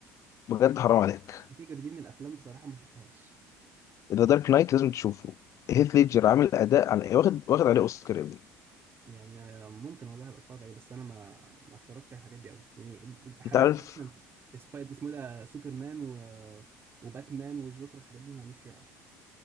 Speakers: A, on the left (about 55°); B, on the right (about 35°).
A: بجد حرام عليك
B: الفكره دي من الافلام بصراحه ما شفتهاش
A: ذا دارك نايت لازم تشوفه هيث ليدجر عامل اداء عن واخد واخد عليه اوسكار يا ابني
B: يعني آه، ممكن والله ابقى اتفرج عليه بس انا ما ما اتفرجتش على الحاجات دي قوي يعني حاجات
A: انت عارف
B: مثلا سبايد اسمه إيه ده سوبرمان و... وباتمان والجوكر والحاجات دي معليش فيها قوي